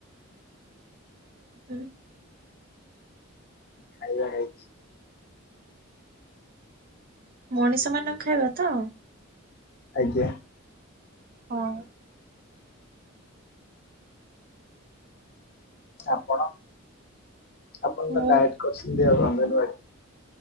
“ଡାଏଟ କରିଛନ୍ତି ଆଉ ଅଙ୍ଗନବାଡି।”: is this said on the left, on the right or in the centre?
Left